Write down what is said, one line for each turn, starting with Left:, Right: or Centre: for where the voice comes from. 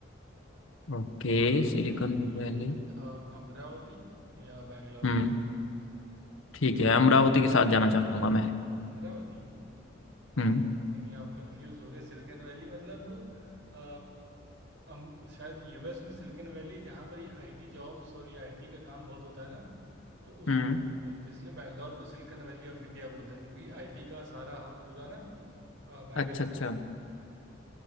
Left: Okay
Right: या
Left: Silicon
Right: फिर है ये
Left: Valley
Right: अ, अमरावती या बैंगलोर
Left: हम्म ठीक है अमरावती के साथ जाना चाहूंगा मैं
Right: अमरावती
Left: हम्म
Right: नहीं नहीं आप कंफ्यूज हो गए सिलिकॉन वैली मतलब आ, अम, शायद यूएस में सिलिकॉन वैली है जहाँ पर ये आईटी जॉब्स और ये आईटी का काम बहुत होता है ना तो उसको
Left: हम्म
Right: बोलते हैं। तो इसलिए बैंगलोर को सिलिकॉन वैली ऑफ इंडिया बोलते हैं क्योंकि आईटी का सारा हब पूरा ना अ, बैंगलोर
Left: अच्छा अच्छा
Right: में है